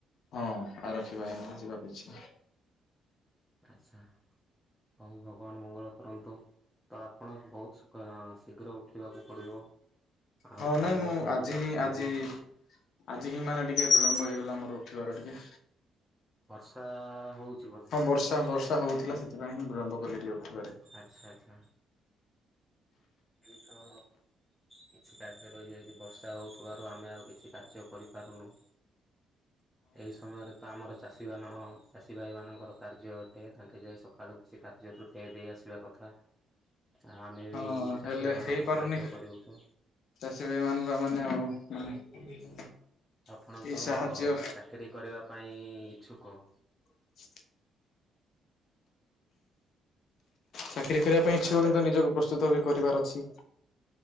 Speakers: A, on the left; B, in the centre.
A: ହଁ ଆରକ୍ଷୀ ବାହିନୀରେ ଯିବାକୁ ଇଚ୍ଛା।
B: ଆଚ୍ଛା ହଉ ଭଗବାନ ମଙ୍ଗଳ କରନ୍ତୁ। ତ ଆପଣ ବହୁତ ଶୀଘ୍ର ଉଠିବାକୁ ପଡ଼ିବ। ଆଉ
A: ହଁ
B: ଫିଲ୍ଡ
A: ନାଇଁ ମୁଁ
B: ମଧ୍ୟ
A: ଆଜି
B: ଯିବାକୁ
A: ହିଁ
B: ପଡିବ।
A: ଆଜି ଆଜି ହିଁ ମାନେ ଟିକେ ବିଳମ୍ବ ହେଇଗଲା ମୋର ଉଠିବାର ଟିକେ।
B: ବର୍ଷା ହଉଛି ବୋ
A: ହଁ ବର୍ଷା ବର୍ଷା ହଉଥିଲା। ସେଥିପାଇଁ ବିଳମ୍ବ କଲି ଟିକେ ଉଠିବାରେ।
B: ଆଚ୍ଛା ଆଚ୍ଛା। ଏ ତ କିଛି କାର୍ଯ୍ୟ ରହିଯାଇଛି ବର୍ଷା ହେଉଥିବାରୁ ଆମେ ଆଉ କିଛି କାର୍ଯ୍ୟ କରିପାରୁନୁ।
A: <inaudible>
B: ଏହି ସମୟରେ ତ ଆମର ଚାଷୀମାନ ଚାଷୀ ଭାଇମାନଙ୍କର କାର୍ଯ୍ୟ ଅଟେ। ତାଙ୍କେ ଯାଇ ସକାଳୁ କୃଷି କାର୍ଯ୍ୟ ତୁଟେଇ ଦେଇ ଆସିବା କଥା। ଆଉ ଆମେ
A: ହଁ
B: ବି ଚାଷୀ
A: ହେଲେ
B: ଭାଇ ମାନଙ୍କୁ
A: ହେଇପାରୁନି
B: ସାହାଯ୍ୟ କରିହଉଛୁ।
A: ଚାଷୀ ଭାଇ ମାନଙ୍କୁ ମାନେ ଆଉ ମାନେ
B: ଆପଣ
A: ଏଇ
B: ତ
A: ସାହାଯ୍ୟ
B: ଚାକିରୀ କରିବା ପାଇଁ ଇଚ୍ଛୁକ।
A: <inaudible> ଚାକିରୀ କରିବା ପାଇଁ ଇଚ୍ଛୁକ କିନ୍ତୁ ନିଜକୁ ପ୍ରସ୍ତୁତ ବି କରିବାର ଅଛି।